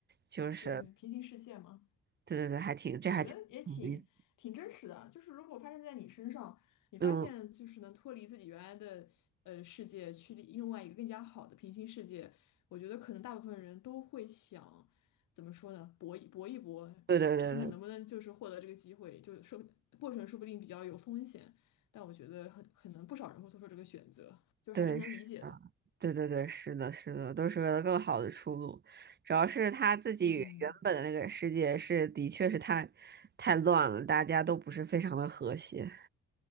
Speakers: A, on the right; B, on the left.
A: 就是，
B: 对，平行世界嘛。
A: 对对对，还挺这还挺有意思
B: 我觉得也挺挺真实的，就是如果发生在你身上，你发现就是能脱离自己原来的呃世界，
A: 嗯，
B: 去另外一个更加好的平行世界，我觉得可能大部分人都会想，怎么说呢，搏一搏一搏，
A: 对对对对
B: 看看能不能就是获得这个机会，就是说过程说不定比较有风险，但我觉得很可能不少人会做出这个选择，就还是能理解的。
A: 对，是的，对对对，是的，是的，都是为了更好的出路。主要是她自己原本的那个世界是，
B: 嗯，
A: 的确是太太乱了，大家都不是非常的和谐。